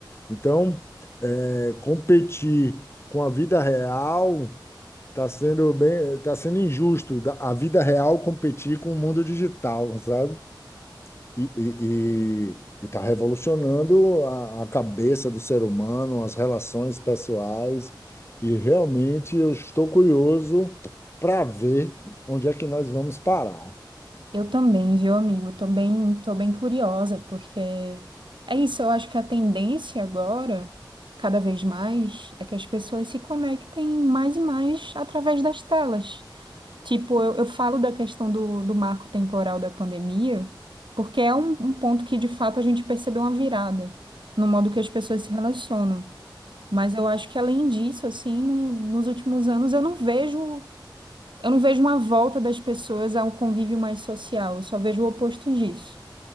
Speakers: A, on the left; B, on the right.
A: Então, é, competir com a vida real Tá sendo bem, tá sendo injusto da- a vida real competir com o mundo digital, sabe? E, e, e- e tá revolucionando a, a cabeça do ser humano, as relações pessoais. E realmente eu estou curioso para ver onde é que nós vamos parar.
B: Eu também, viu, amigo? Tô bem, tô bem curiosa, porque é isso, eu acho que a tendência agora, cada vez mais, é que as pessoas se conectem mais e mais através das telas. Tipo, eu, eu falo da questão do, do marco temporal da pandemia, porque é um, um ponto que, de fato, a gente percebeu uma virada no modo que as pessoas se relacionam. Mas eu acho que, além disso, assim, no- nos últimos anos, eu não vejo. Eu não vejo uma volta das pessoas ao convívio mais social, eu só vejo o oposto disso,